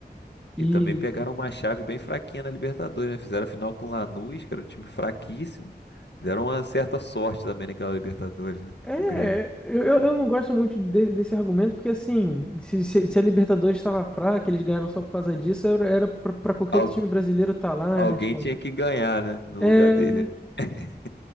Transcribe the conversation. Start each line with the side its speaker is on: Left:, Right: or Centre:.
Centre: E
Left: E também pegaram uma chave bem fraquinha na Libertadores, né? Fizeram a final com o Lanús, que era um time fraquíssimo. Deram uma certa sorte também naquela Libertadores, né?
Centre: é,
Left: O Grêmio.
Centre: eu, eu eu não gosto muito de- desse argumento, porque assim, se, se- se a Libertadores estava fraca, eles ganharam só por causa disso, era, era pra, pra qualquer
Left: Al-
Centre: outro time brasileiro estar lá,
Left: alguém
Centre: né? Tipo,
Left: tinha que ganhar, né? No
Centre: é.
Left: lugar dele. <laughs>